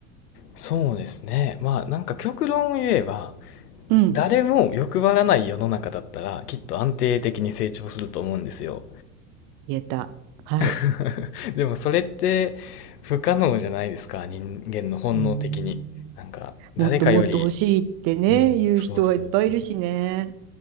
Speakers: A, on the left; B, on the right.
A: そうですね。まあ、なんか極論を言えば、
B: うん、
A: 誰も欲張らない世の中だったら、きっと安定的に成長すると思うんですよ。
B: 言えた。はい。
A: <laughs> でもそれって不可能じゃないですか、人間の本能的に。
B: うん、
A: なんか、誰かより、
B: もっともっと欲しいってね、
A: うん、
B: 言う人はいっぱいいるしね。
A: そうそうそう。